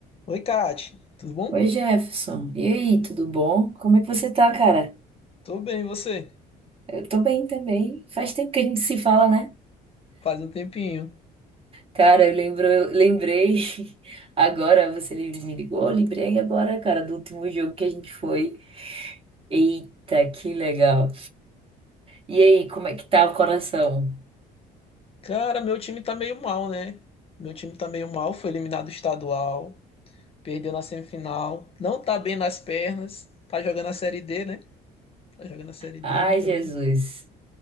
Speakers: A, on the left; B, on the right.
A: Oi, Kate, tudo bom?
B: Oi, Jefferson. E aí, tudo bom? Como é que você tá, cara?
A: Tô bem, e você?
B: Eu tô bem também. Faz tempo que a gente se fala, né?
A: Faz um tempinho.
B: Cara, eu lembro, eu lembrei <laughs> agora, você me ligou, eu lembrei agora, cara, do último jogo que a gente foi. Eita, que legal. E aí, como é que tá o coração?
A: Cara, meu time tá meio mal, né? Meu time tá meio mal, foi eliminado estadual, perdeu na semifinal, não tá bem nas pernas, tá jogando a Série D, né? Tá jogando a Série D,
B: Ai,
A: então,
B: Jesus.